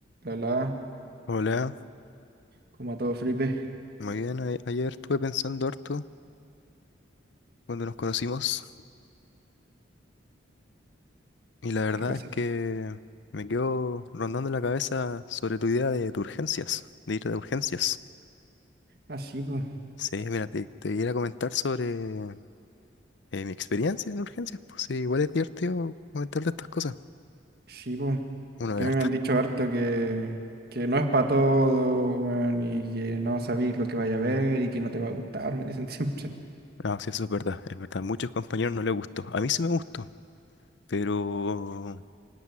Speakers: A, on the right (about 55°); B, on the left (about 65°).
A: La la,
B: Hola,
A: como a todo Felipe.
B: muy bien. a- Ayer estuve pensando harto cuando nos conocimos y la verdad
A: ¿Qué cosa?
B: es que me quedo rondando la cabeza sobre tu idea de, de urgencias, de ir a urgencias.
A: Ah, sí, pues,
B: Sí, mira, te, te iba a comentar sobre eh, mi experiencia en urgencias, pues sí, igual es divertido comentar de estas cosas.
A: sí, pues.
B: Uno
A: Que
B: de
A: a
B: hartas.
A: mí me han dicho harto que, que no es para todo, weón, y que no sabéis lo que vaya a ver y que no te va a gustar, me dicen <laughs> siempre.
B: No, sí, eso es verdad, es verdad. Muchos compañeros no les gustó. A mí sí me gustó, pero,